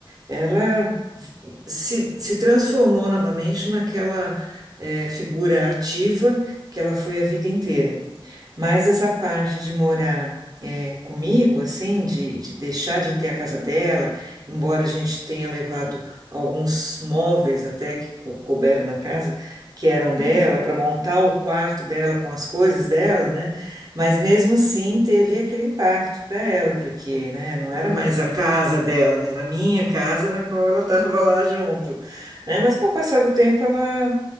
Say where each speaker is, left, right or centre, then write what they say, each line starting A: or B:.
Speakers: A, on the right (about 45°); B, on the left (about 25°).
A: Ela se, se transformou novamente naquela eh, figura ativa que ela foi a vida inteira. Mas essa parte de morar eh, comigo, assim, de, de deixar de ter a casa dela, embora a gente tenha levado alguns móveis até que co- couberam na casa, que eram dela,
B: Uhum.
A: para montar o quarto dela com as coisas dela, né? Mas mesmo
B: Uhum.
A: assim teve aquele impacto para ela, porque, né, não era
B: Imagino.
A: mais a casa dela, né, era a minha casa na qual ela estava <laughs> lá junto, né? Mas com o passar do tempo ela